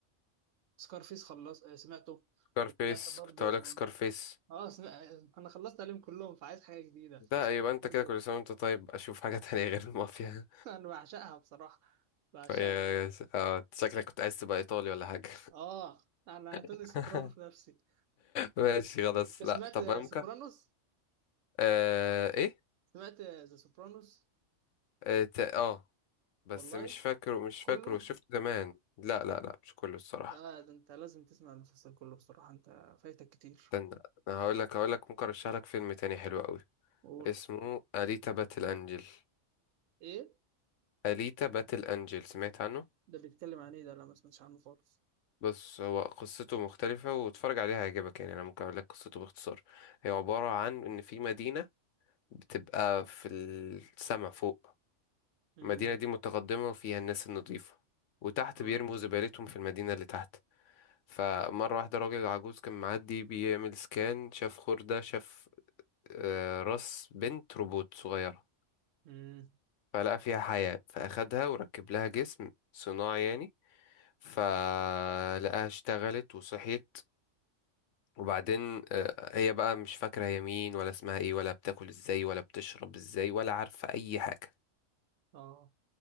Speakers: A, on the right (about 80°); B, on the left (about 75°).
A: سكارفيس خلص آه، سمعته
B: سكارفيس
A: وسمعت برضو
B: كنت اقول لك سكارفيس
A: اه سمع... انا خلصت عليهم كلهم فعايز حاجه جديده
B: ده
A: وسمعت
B: يبقى انت
A: برضو
B: كده كل سنه وانت طيب اشوف حاجه تانية غير المافيا
A: <laughs> انا بعشقها بصراحه
B: <laughs>
A: بعشقها
B: فهي- اه شكلك كنت عايز تبقى ايطالي ولا حاجه
A: اه انا توني
B: <laughs>
A: سوبرانو في نفسي
B: ماشي خلاص
A: انت سمعت
B: لا طب انا ممكن
A: سوبرانوس
B: آه ايه
A: سمعت ذا سوبرانوس
B: اه, تا- آه. بس
A: والله
B: مش فاكره مش
A: كله
B: فاكره شفت زمان لا لا لا مش كله الصراحة
A: ده, ده انت لازم تسمع المسلسل كله بصراحه انت فايتك كتير
B: استنى انا هقول لك هقول لك ممكن ارشح لك فيلم تاني حلو قوي
A: قول
B: اسمه أليتا باتل انجل
A: ايه
B: أليتا باتل انجل سمعت عنه
A: ده بيتكلم عن ايه ده لا ما سمعتش عنه خالص
B: بص هو قصته مختلفة واتفرج عليها هيعجبك يعني انا ممكن اقول لك قصته باختصار هي عبارة عن ان في مدينة بتبقى في السما فوق
A: امم
B: المدينة دي متقدمة وفيها الناس النظيفة وتحت
A: اه
B: بيرموا زبالتهم في المدينة اللي تحت فمرة واحدة راجل عجوز كان معدي بيعمل سكان شاف خردة شاف آه، راس بنت روبوت صغيرة
A: امم
B: فلقى فيها حياة فأخدها وركب لها جسم صناعي يعني فلقاها اشتغلت وصحيت وبعدين آه، هي بقى مش فاكرة هي مين ولا اسمها ايه ولا بتاكل ازاي ولا بتشرب ازاي ولا عارفة أي حاجة
A: اه